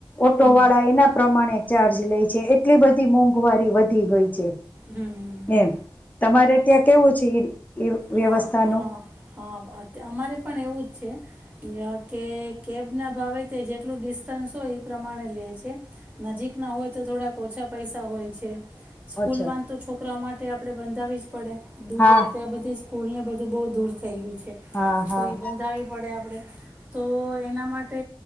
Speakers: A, on the left (about 20°); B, on the right (about 15°).
A: ઓટો
B: હમ
A: વાળા એના પ્રમાણે ચાર્જ લે છે. એટલી બધી મોઘ મોંઘવારી વધી ગઈ છે.
B: હમ હમ હમ
A: એમ, તમારે ત્યાં કેવું છે? એ વ્યવસ્થાનો
B: હા હા હા, અમારે પણ એવું જ છે કે કેબના ભાવે તે જેટલું ડિસ્ટન્સ હોય એ પ્રમાણે લે છે, નજીકના હોય તો થોડાક ઓછા પૈસા હોય છે. સ્કૂલ
A: અચ્છા
B: વાનતો છોકરાઓ માટે આપડે બંધાવી જ પડે દૂર
A: હા
B: <unintelligible> બધી જ. સ્કૂલને બધું બો દૂર થઈ ગયું. છે
A: હા હા
B: તોઈ બંધાવવી પડે આપણે. તો એના માટે